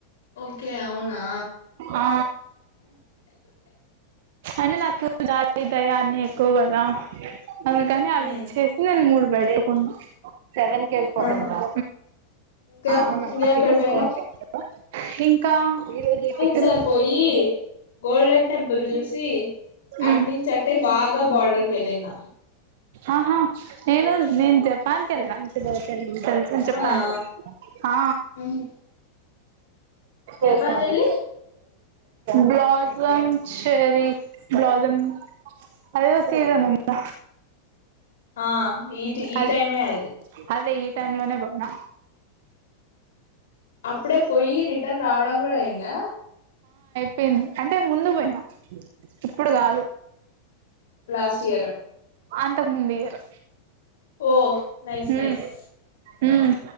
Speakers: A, on the left; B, on the right.
A: ఓకే అవునా
B: ఆ అంటే నాకు డా మితయాన్ని ఎక్కువ గాద అమె కానీ అవి
A: ఉమ్
B: ఇచ్చేసి నేను మూడు బడే కొన్ సెవెన్ కి వెళ్ళిపోతున్నావా
A: ఆహా ఇంకా
B: హమ్ <unintelligible>
A: ఇంకెక్కడ పోయినావ్
B: సెవెన్ కి వెళ్తావా ఇం కా ఈరోజు ఎం
A: సర్ పోయి గోల్డెన్ టెంపుల్ చూసి అటునుంచి
B: ఉమ్
A: అట్టే బాగా బోర్డర్కి వెళ్ళిన
B: ఆహా నేను నేను జపాన్ కెల్లా జాగ్రత్తగా వెళ్ళమ్మ తెలుస
A: అవునా
B: జపాన్ హా
A: ఉహు. జపాన్
B: ఓ సారీ
A: వెళ్ళి
B: బ్లాసం చెెరీస్ బ్లాసం అదేదో సీసన్ ఉందా
A: ఆ ఈ ఈ
B: అదే
A: టైమే అది
B: అదే ఈ టైమ్ లోనే బోయిన
A: అప్పుడే పోయి రిటర్న్ రావడం కూడా అయిందా
B: పోయింది అంటే ముందు పోయిన ఇప్పుడు కాదు
A: లాస్ట్ ఇయరు
B: అంతకు ముందుఇయ్యరు
A: ఓ నైస్
B: ఉమ్
A: నైస్
B: ఉమ్